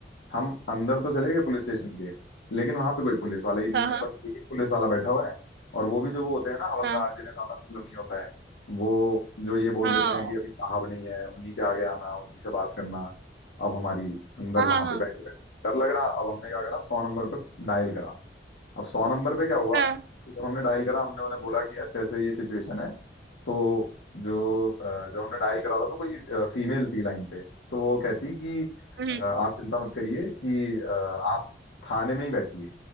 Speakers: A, on the left; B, on the right.
A: हम अंदर तो चले गए पुलिस स्टेशन के लेकिन वहां पे कोई पुलिस वाला ही नहीं
B: हाँ
A: है बस एक पुलिस वाला बैठा हुआ है और वो भी जो वो होते हैं ना हवलदार
B: हाँ
A: जिन्हें ज्यादा मतलब नहीं होता है वो जो ये बोल
B: हाँ
A: देते हैं कि अभी साहब नहीं है उन्हीं के आगे आना उन्हीं से बात करना अब हमारी अंदर
B: हाँ हाँ
A: वहां
B: हाँ, हाँ,
A: पे बैठे बैठे डर लग रहा अब हमने क्या करा सौ नंबर पे डायल करा अब सौ नंबर पे क्या हुआ
B: हाँ,
A: कि जब हमने डायल करा हमने उन्हें बोला कि ऐसे ऐसे ये सिचुएशन है तो जो अ, जब हमने डायल करा था तो कोई फीमेल थी लाइन पे तो वो कहती कि
B: हम्म,
A: अ, आप चिंता मत करिए कि अ, आप थाने में ही बैठिए